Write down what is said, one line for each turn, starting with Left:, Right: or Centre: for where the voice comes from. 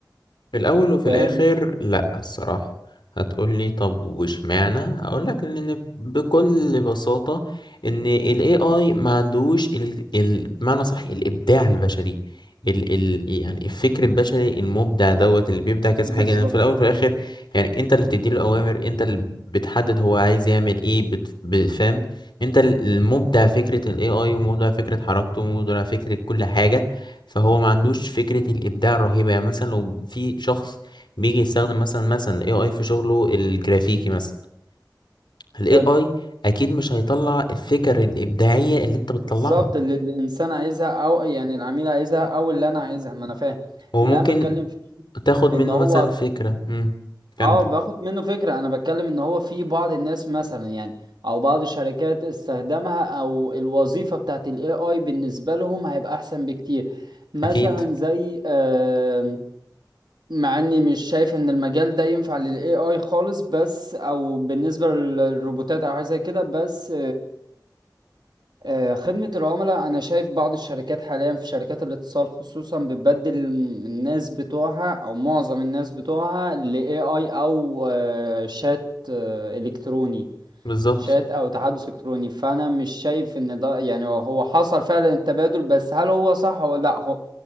Left: في الأول وفي
Right: فاهم
Left: الآخر لأ الصراحة هتقولي طب واشمعنى هقولك إن بكل بساطة إن ال AI ما عندوش ال... ال... بمعنى صح الإبداع البشري ال... ال... يعني الفكر البشري المبدع دوت اللي بيبدع كذا
Right: بالظبط
Left: حاجة لأن في الأول وفي الآخر يعني أنت اللي بتديله الأوامر أنت اللي بتحدد هو عايز يعمل إيه بت... بفهم أنت المبدع فكرة ال AI ومبدع فكرة حركته ومبدع فكرة كل حاجة فهو ما عندوش فكرة الإبداع الرهيبة يعني مثلا لو في شخص بيجي يستخدم مثلا مثلا ال AI في شغله الجرافيكي مثلا ال AI
Right: حلو
Left: أكيد مش هيطلع الفكر الإبداعية اللي
Right: بالظبط
Left: أنت بتطلعها
Right: اللي الإنسان عايزها أو يعني العميل عايزها أو اللي أنا عايزها ما أنا فاهم
Left: هو
Right: اللي
Left: ممكن
Right: أنا بتكلم فيه
Left: تاخد منه
Right: ان هو
Left: مثلا فكرة امم كمل
Right: اه باخد منه فكرة انا بتكلم ان هو في بعض الناس مثلا يعني او بعض الشركات استخدمها او الوظيفة بتاعت الاي اي بالنسبة لهم هيبقى احسن بكتير مثلا
Left: أكيد
Right: زي آم، مع اني مش شايف ان المجال ده ينفع للاي اي خالص بس او بالنسبة للروبوتات او حاجة زي كده بس آه، خدمة العملاء أنا شايف بعض الشركات حاليا في شركات الاتصال خصوصا بتبدل الم- الناس بتوعها أو معظم الناس بتوعها ل AI أو آه، شات آه، إلكتروني
Left: بالظبط
Right: شات أو تحدث إلكتروني فأنا مش شايف إن ده يعني هو هو حصل فعلا التبادل بس هل هو صح ولا لأ هو